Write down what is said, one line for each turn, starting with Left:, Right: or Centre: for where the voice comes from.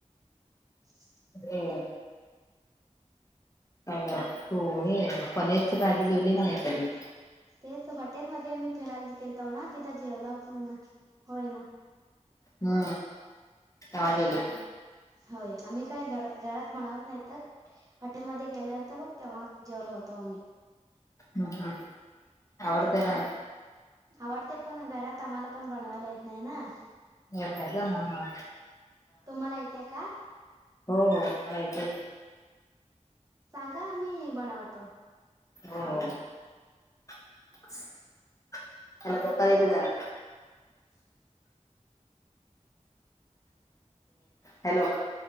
Right: <unintelligible>
Left: हम्. काय ग अ तू हे पनीरची भाजी जेवली का नाही कधी?
Right: तेच हॉटेलमध्ये आम्ही फिरायला गेलतो ना तिथं जेवला ना. होय
Left: ह तवा जेवली?
Right: होय आम्ही कायर घरात म्हनवत नाही तर हॉटेलमध्येध्ये गेलं होत बग तेव्हा जेवलं होतं मि
Left: हम् हम् आवडते का?
Right: आवडते पण घरात आम्हाला पण बनवायला येत नाही ना.
Left: हेेतयच हा हा
Right: तुम्हाला येते का
Left: हो हो मला येतच आहे.
Right: सांगा आम्ही बनवतो.
Left: हो हो त्यालाोका एक जरा हॅलो.